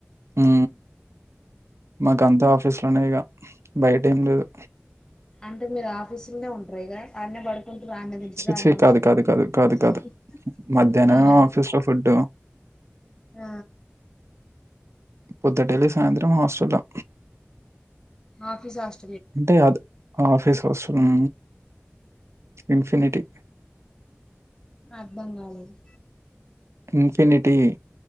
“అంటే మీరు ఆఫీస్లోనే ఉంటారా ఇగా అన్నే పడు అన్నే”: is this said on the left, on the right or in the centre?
Left